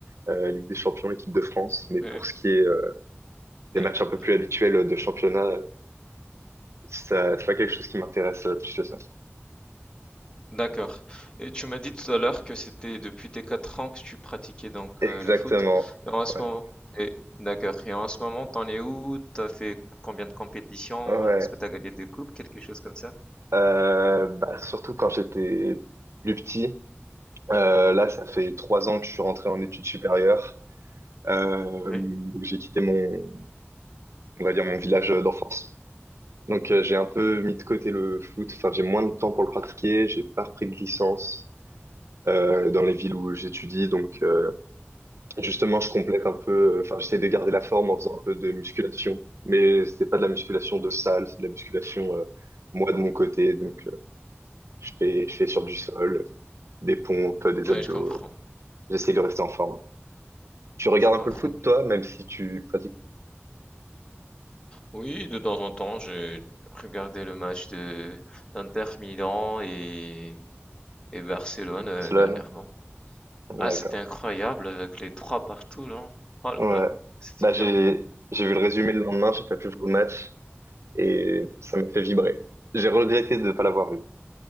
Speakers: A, on the right; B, on the left.
A: euh, Ligue des Champions, équipe de France.
B: Ouais,
A: Mais pour ce qui est euh, des
B: d'ac-
A: matchs un peu plus habituels de championnat, euh, ça, c'est pas quelque chose qui m'intéresse euh, plus que ça.
B: D'accord. Et tu m'as dit tout à l'heure que c'était depuis tes 4 ans que tu pratiquais donc
A: Exactement.
B: euh, le foot. Et en ce
A: Ouais.
B: moment, et, d'accord. Et en ce moment, t'en es où? T'as fait combien de compétitions?
A: Ouais.
B: Est-ce que t'as gagné des coupes? Quelque chose comme ça?
A: Euh, bah, surtout quand j'étais plus petit. Euh, là, ça fait trois ans que je suis rentré en études supérieures. Euh,
B: Oui,
A: donc j'ai quitté mon, on va dire mon village d'enfance. Donc euh, j'ai un peu
B: oui.
A: mis de côté le foot. Enfin, j'ai moins de temps pour le pratiquer. J'ai pas repris de licence euh, dans les villes où j'étudie. Donc euh, justement, je complète un peu. Enfin, j'essaie de garder la forme en faisant un peu de musculation. Mais c'est pas de la musculation de salle, c'est de la musculation euh, moi de mon côté. Donc euh, je fais, je fais sur du sol. des pompes, des
B: Ouais,
A: abdos.
B: je comprends.
A: J'essaye de rester en forme. Tu regardes
B: Je comprends.
A: un peu le foot, toi, même si tu pratiques
B: Oui, de temps en temps, j'ai regardé le match de d'Inter Milan et, et Barcelone
A: Barcelone?
B: euh, dernièrement. Ah,
A: D'accord.
B: c'était incroyable avec les trois partout, là. Oh là
A: Ouais.
B: là, c'était
A: Bah,
B: bien.
A: j'ai, j'ai vu le résumé le lendemain, j'ai pas pu voir le match et ça m'a fait vibrer. J'ai regretté de ne pas l'avoir vu.